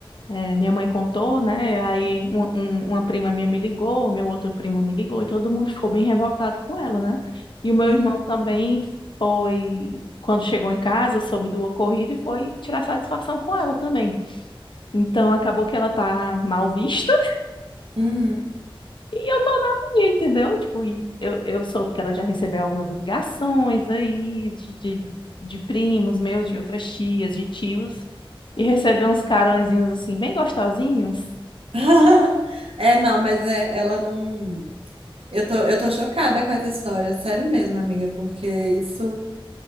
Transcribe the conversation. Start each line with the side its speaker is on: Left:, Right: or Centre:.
Left: É, minha mãe contou, né? Aí um- um- uma prima minha me ligou, meu outro primo me ligou, e todo mundo ficou bem revoltado com ela, né? E o meu
Right: Uhum.
Left: irmão também foi, quando chegou em casa, soube do ocorrido e foi tirar satisfação com ela também. Então acabou que ela tá mal vista <laughs>
Right: Uhum.
Left: e eu tô na minha, entendeu? Tipo, e eu, eu soube que ela já recebeu algumas ligações aí de, de, de primos meus, de outras tias, de tios, e recebeu uns carõezinhos assim, bem gostosinhos.
Right: <laughs> É, não, mas é, ela não. Eu tô, eu tô chocada com essa história, sério mesmo, amiga, porque isso.